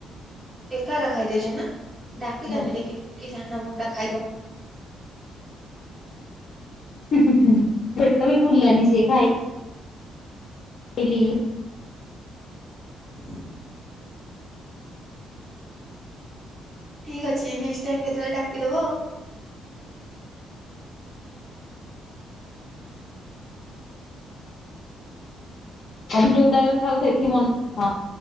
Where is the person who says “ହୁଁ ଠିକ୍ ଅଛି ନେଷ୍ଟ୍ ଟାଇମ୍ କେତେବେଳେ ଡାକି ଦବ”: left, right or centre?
Right